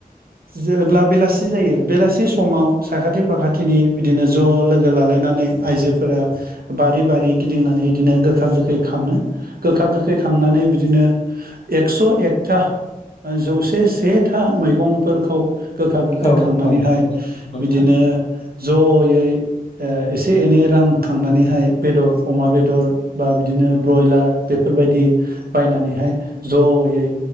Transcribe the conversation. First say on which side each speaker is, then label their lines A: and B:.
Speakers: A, on the right; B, on the left.
A: जेब्ला बेलासि जायो बेलासि समाव साखाथि फाखाथिनि बिदिनो ज' लोगो लालायनानै आइजोफोरा बारि बारि गिदिंनानै बिदिनो गोखा गोखै खाङो गोखा गोखै खांना नानै बिदिनो एकस' एकटा ओ जौसे सेथा मैगंफोर खौ गोखा गोखै
B: औ
A: खांनानैहाय
B: औ नंगौ नंगौ
A: बिदिनो
B: नोंथां
A: जयै ओ एसे एनै रां खांनानैहाय बेदर अमा बेदर बा बिदिनो ब्रयलार बेफोरबायदि बायनानैहाय जयै